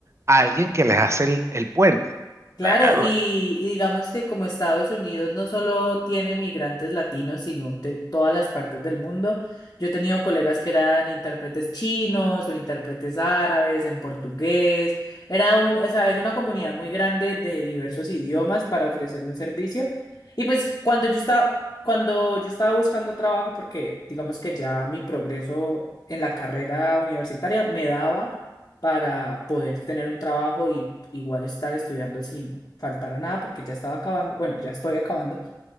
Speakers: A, on the right; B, on the left.
A: alguien que les hace el, el puente.
B: Claro,
A: Perro,
B: y y digamos que como Estados Unidos no solo tiene migrantes latinos, sino de todas las partes del mundo. Yo he tenido colegas que eran intérpretes chinos o intérpretes árabes en portugués. Era un, o sea, es una comunidad muy grande de diversos idiomas para ofrecer un servicio. Y pues cuando yo estaba, cuando yo estaba buscando trabajo, porque digamos que ya mi progreso en la carrera universitaria me daba para poder tener un trabajo y igual estar estudiando sin faltar a nada porque ya estaba acabando, bueno, ya estoy acabando.